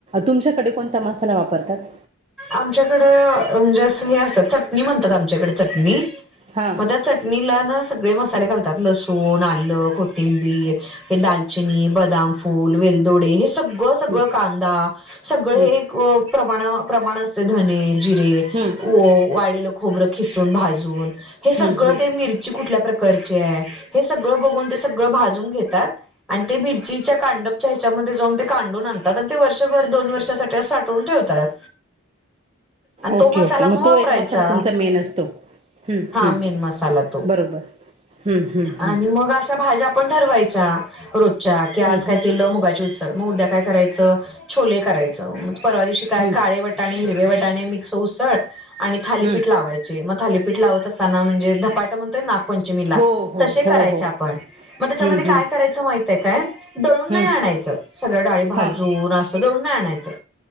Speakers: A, on the right; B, in the centre.
A: तुमच्याकडे कोणता मसाला वापरतात?
B: आमच्याकड म्हणजे असं हे असत चटणी म्हणतात आमच्याकडे चटणी
A: हां
B: मग त्यात चटणीला ना सगळे मसाले घालतात लसूण, आल, कोथिंबीर, हे दालचिनी बदाम फूल वेलदोडे हे सग सगळं सगळं
A: हं
B: कांदा सगळं
A: हं
B: हे प्रमाणा प्रमाण असते धणे जिरे
A: हम्म.
B: हो वालळेल खोबरं खिसून भाजून हे सगळं
A: हं हं हं
B: ते मिर जी कुठल्या प्रकारची हे सगळ बघून ते सगळ भाजून घेतात आणि ते मि चीच्या कांडपच्या ह्याच्यामध्ये जाऊन ते कांडून आणतात आणि ते वर्षभर दोन वर्षासाठी असं साठवून ठेवतात. आणि तो
A: ओके
B: मसाला
A: ओके मग
B: म वापरायचा.
A: तो एक मसाला तुमचा मेन असतो हं
B: हा
A: हं
B: मेन मसाला तो
A: बरोबर हं हं हं
B: आणि मग अशा भाज्या पण ठरवायच्या रोजच्या की आज
A: हं
B: काय
A: हं
B: केलं मुगाची उसळ मग उद्या काय करायचं छोले करायचं मग परवा दिवशी काय
A: हं
B: काळे वटाणे हिरवे वटाणे मिक्स उसळ आणि थालीपीठ
A: हं
B: लावायचे मग थालीपीठ लावत असताना म्हणजे धपाट म्हण ते नागपंचमीला
A: हो हो
B: तसे करायचे
A: हो हो
B: आपण. म त्याच्यामध्ये
A: हं
B: काय
A: हं
B: करायचं माहितय काय दळून
A: हं
B: नाही आणायचं सगळ्या डाळी भाजून
A: हां
B: अस दळून नाय आणायचं